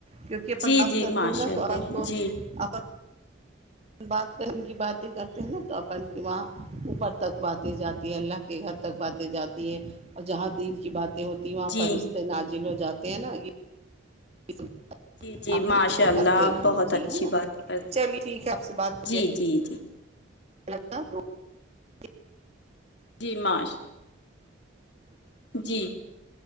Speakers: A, on the right (about 30°); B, on the left (about 60°).
A: کیونکہ اپن
B: جی
A: بات
B: جی
A: کرتے
B: ماشاء
A: ہیں نا
B: اللہ
A: توورن کو
B: جی
A: اپن بات کہ کی باتیں کرتے ہیں نا تو اپن وہاں اوپر تک باتیں جاتی ہے اللہ کے گھر تک باتیں جاتی ہیں اور جہاں دین کی باتیں ہوتی واں
B: جی
A: پرشتے نازل ہو جاتے ہیں نا یہ
B: جی جی
A: آپ
B: ماشاء
A: ان کو
B: اللہ
A: کرتے
B: آپ
A: رہنا
B: بہت
A: جی
B: اچھی
A: ہے نا
B: باتیں کرتی
A: چلیے ٹھیک ہے آپ سے بات
B: جی
A: کیا
B: جی جی
A: الگ دو <unintelligible>
B: جی ماش جی